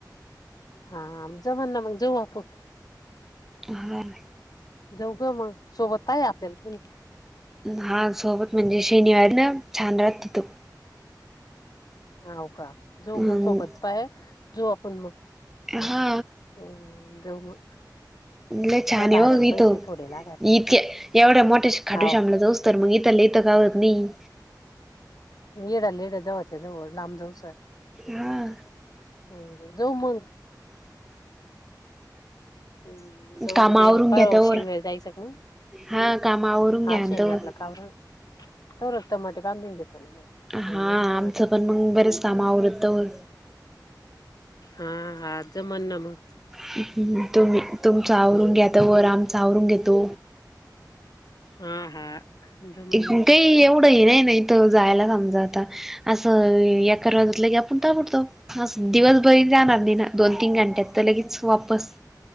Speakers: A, on the left (about 60°); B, in the centre.
A: हा जमना मग जाऊ आपून!
B: हा.
A: जाऊ ग मग सोबत पाहिजे आपल्याला म्हण!
B: हा सोबत म्हणजे शनिवारी ना? छान रात तिथो!
A: हाव का जो
B: हम्म
A: मग सोबतचा पाह! आहे जो आपण मग!
B: हा!
A: हम्म जाऊ मग
B: लय छान
A: काय भाड्याला
B: आहे हो इथो!
A: पैसे थोडे लागात
B: इतके एवढ्या मोठे खाटू
A: हाव
B: श्यामला जाऊस! तर मग इथल्या इथ काहून नाही!
A: येडाललेड्या जावाचे जावळ, लांब जाऊ सर
B: हा
A: हम जाऊ मग! हम् जाऊ
B: काम आवरून
A: दे परवा
B: घ्या तवर
A: शिवावारी जायचं मग!
B: हा काम आवरून
A: हा
B: घ्या
A: शनिवारला
B: तवर
A: कावरून तोहरत टोमॅटो बांधून घेतो, ना मग होऊन
B: हा
A: जाईन टमाटे
B: आमचं त पण मग बरेच कामा आवडतं!
A: हा हा ज म्हण ना मग! !
B: तु, तुम्ही तुमच आवरून
A: हम्म
B: घ्या! तोवर आम्ही आमच आवरून घेतो.
A: हा! हा! जमन
B: तेकाही
A: मग
B: एवढं हे नाही नाही, तर जायला समजा आता! असं एका रोजजात आपण ताबडतो! हा दिवसभरी जाणार नाही ना? दोन तीन घंट्यात तर लगेच वापस!